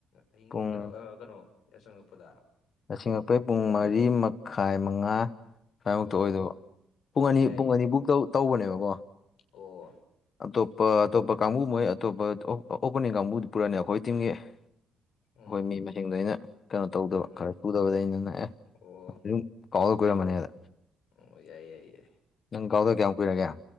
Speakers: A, on the left; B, on the left.
A: ꯑꯍꯤꯡ
B: ꯄꯨꯡ
A: ꯀꯩꯅꯣ ꯀꯩꯅꯣ ꯌꯆꯪꯉꯛꯄꯗ
B: ꯌꯥꯆꯪꯉꯛꯄꯩ ꯄꯨꯡ ꯃꯔꯤ ꯃꯈꯥꯏ ꯃꯉꯥ ꯁꯥꯏꯃꯨꯛꯇ
A: ꯑꯣ
B: ꯑꯣꯏꯗꯨꯕ ꯄꯨꯡ
A: ꯑꯣ
B: ꯑꯅꯤ
A: ꯌꯥꯏ
B: ꯄꯨꯡ
A: ꯌꯥꯏ
B: ꯑꯅꯤ ꯕꯨꯛ ꯇꯧ ꯇꯧꯕꯅꯦꯕꯀꯣ
A: ꯑꯣ
B: ꯑꯇꯣꯞꯄ ꯑꯇꯣꯞꯄ ꯀꯥꯡꯕꯨ ꯃꯣꯏ ꯑꯇꯣꯞꯄ ꯑꯣꯄꯅꯤꯡ ꯀꯥꯡꯕꯨ ꯄꯨꯔꯅꯤ ꯑꯩꯈꯣꯏ ꯇꯤꯝꯒꯤ ꯑꯩꯈꯣꯏ
A: ꯎꯝ
B: ꯃꯤ ꯃꯁꯤꯡꯗ ꯑꯩꯅ ꯀꯩꯅꯣ ꯇꯧꯗꯕ
A: ꯎꯝ
B: ꯈꯔ ꯁꯨꯗꯕꯗꯩ ꯑꯩꯅꯥ ꯑꯦ
A: ꯑꯣ
B: ꯑꯗꯨꯝ ꯀꯥꯎꯗ ꯀꯨꯏꯔꯝꯃꯅꯤꯗ
A: ꯎꯝ ꯌꯥꯏ ꯌꯥꯏ ꯌꯥꯏ
B: ꯅꯪ ꯀꯥꯎꯗ ꯀꯌꯥꯝ ꯀꯨꯏꯔꯒꯦ